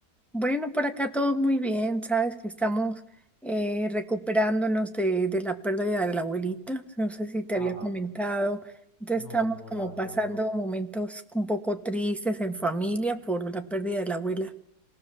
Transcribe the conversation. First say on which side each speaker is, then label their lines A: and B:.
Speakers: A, in the centre; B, on the left.
A: Bueno, por acá todo muy bien, sabes que estamos eh, recuperándonos de, de la pérdida de la abuelita, no sé si te
B: Ah,
A: había comentado, entonces
B: no,
A: estamos
B: no,
A: como
B: la verdad
A: pasando
B: no.
A: momentos un poco tristes en familia por la pérdida de la abuela.